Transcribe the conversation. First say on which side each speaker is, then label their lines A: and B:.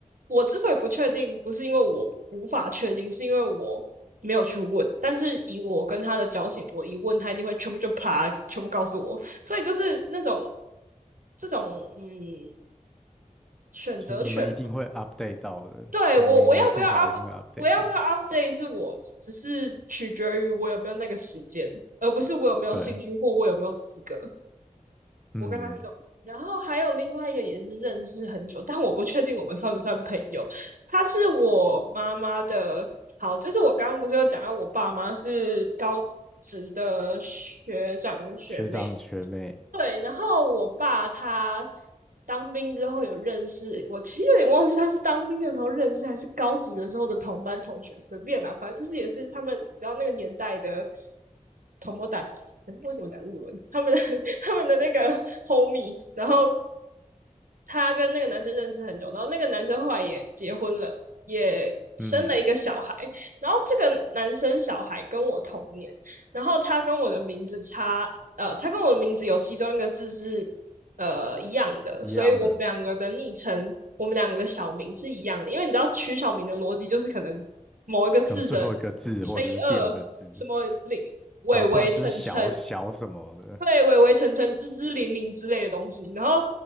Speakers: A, on the right; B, in the centre.
A: 我之所以不确定，不是因为我无法确定，是因为我没有去问。但是以我跟她的交情，我一问她一定会全部就啪，全部告诉我。所以就是那种这种嗯选择权，
B: 就是你们一定会 update 到的，
A: 对我我要不要
B: 就是每年至少一定会
A: up，
B: update
A: 我要不要
B: 到。
A: update 是我只是取决于我有没有那个时间，而不是我有没有兴趣或我有没有资格。
B: 对，嗯，
A: 我跟他是这种。然后还有另外一个也是认识很久，但我不确定我们算不算朋友。他是我妈妈的，好，就是我刚刚不是有讲到我爸妈是高职的学长跟学妹，
B: 学长学妹，
A: 对，然后我爸他当兵之后有认识，我其实有点忘记他是当兵的时候认识还是高职的时候的同班同学，随便啦，反正就是也是他们，然后那个年代的同谋打击，诶为什么讲日文？他们的 <laughs> 他们的那个 homie，然后他跟那个男生认识很久，然后那个男生后来也结婚了，也生了一个小孩，
B: 嗯，
A: 然后这个男生小孩跟我同年，然后他跟我的名字差呃，他跟我的名字有其中一个字是呃一样的，
B: 一样的，
A: 所以我们两个的昵称，我们两个的小名是一样的。因为你知道取小名的逻辑就是可能某一个字的
B: 可能最后一个字或者是第二个字，
A: 乘以二，什么零伟伟成成，
B: 然后不然就是小小什么的，
A: 对，伟伟成成，支支零零之类的东西。然后